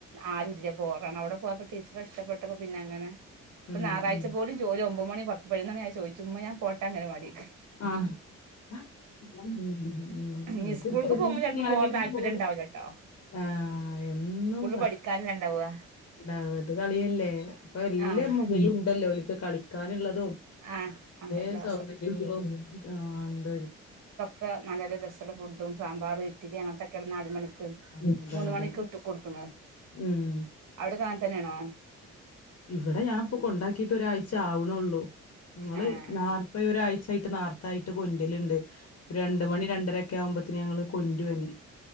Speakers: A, on the right; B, on the left.
A: ആരൂല്ല്യ പോവാൻ അവിടെ പോയപ്പോൾ ടീച്ചറെ ഇഷ്ട്ടപെട്ടപ്പോ അങ്ങനെ ഇപ്പോ
B: ഉം
A: ഞായറാഴ്ച്ച
B: ഉം
A: പോലും ജോലി ഒമ്പത് ഒമ്പത് മണി പത്തു പതിനൊന്നു മണി ആയ ചോദിച്ചും ഇമ്മ ഞാൻ പോട്ടെ അംഗൻവാടിക്ക്
B: ആ <unintelligible>
A: ഇനി സ്കൂൾക്ക് പോകുമ്പോ ചെലപ്പം പോവാൻ താല്പര്യം ഉണ്ടാവൂലട്ടോ
B: ആ എന്നും
A: പഠിക്കാൻ അല്ലെ ഇണ്ടാവാ
B: ണ്ടാവാ ഇത് കളിയ്യല്ലേ ഇപ്പൊ എല്ല
A: ആഹ്
B: മൊതലും ഉണ്ടല്ലോഅവർക്കു കളിക്കാൻ ക്കാനുള്ളതും
A: ആഹ് ആഹ്
B: ഏത്
A: എല്ലാ
B: സൗകര്യങ്ങളും ആ ഉണ്ട്
A: ലൊക്കെ നല്ല രസള്ള ഫുഡും സാബാർ ഇഡ്ഡലി അങ്ങനെതൊക്കെ ആണ് നാല് മണിക്ക്
B: അതെ
A: മൂന്നു
B: അതെ
A: മണിക്ക് കൊടുക്കുന്നത്
B: ഉം
A: അവിടേക്കോ അങ്ങനെതന്നെ ആണോ
B: ഇവിടെ ഞാൻ ഇപ്പോ കൊണ്ടാക്കിട്ട് ഒരായ്ച്ച ആകുനൊള്ളു നിങ്ങൾ
A: ആഹ്
B: നാല്പ ഇപ്പൊ ഒരാഴ്ച ഫാസ്റ്ററ്റായിട്ട് നേരത്തെ കൊണ്ടുവരാറുണ്ട് രണ്ടു മണി രണ്ടര യൊക്കെ ആകുമ്പോയേക്ക് തിന് ഞങ്ങൾ കൊണ്ട് വരും